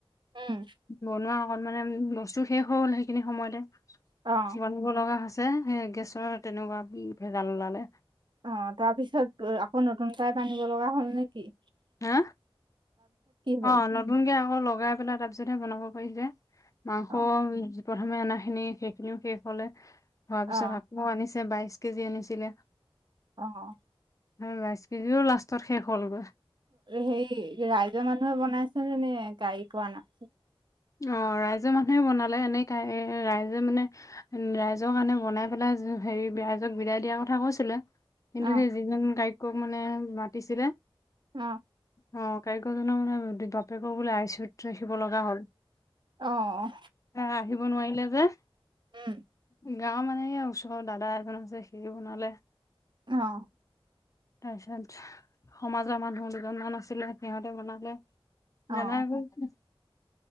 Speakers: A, on the right; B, on the left.
A: উম।
B: বনোৱা মানে বস্তু শেষ হৈ হ'ল সেইখিনি সময়তে
A: অ'।
B: সামৰিব লগা হৈছে। সে গেছৰ তেনেকুৱা ভেজাল ওলালে।
A: অ তাৰ পিছত অ আকৌ নতুন টাইপ আনিব লগা হ'ল নেকি।
B: হা অ
A: হ'ল?
B: নতুনকে আকৌ লগাই পেলাই তাৰপিছত। বনাব পাৰি যে মাংস
A: অ',
B: প্ৰথমে অনা খিনি সেইখিনিও শেষ হ'লে। হোৱাৰ
A: অ',
B: পিছত আকৌ আনিছে বাইশ কেজি আনিছিলে।
A: অ অ।
B: হয় বাইশ কেজিও লাষ্টত শেষ হ'লগৈ
A: হেই ৰাইজৰ মানুহে বনাইছে নে কাৰিকৰ আনা।
B: অ ৰাই ৰাইজৰ মানুহে বনালে এনে কাই ৰাইজে মানে উ ৰাইজৰ কাৰণে বনাই পেলাই হেৰি বেয়া ৰাইজক বিদায় দিয়াৰ কথা কৈছিলে কিন্তু
A: অ',
B: সেই যিজন কাৰিকক মানে মাতিছিলে।
A: অ।
B: অ কাৰিকৰজনৰ মানে বাপেকৰ বোলে আই চইত ৰাখিব লগা হ'ল।
A: অ অহ।
B: আহিব নোৱাৰিলে যে।
A: উম।
B: গাঁও মানে ওচৰৰ দাদা এজন আছে সিয়ে বনালে।
A: অ।
B: তাৰপিছত সমাজৰ মানুহ দুজনমান আছিলে সিহঁতে বনালে।
A: অ',
B: না না গৈছে।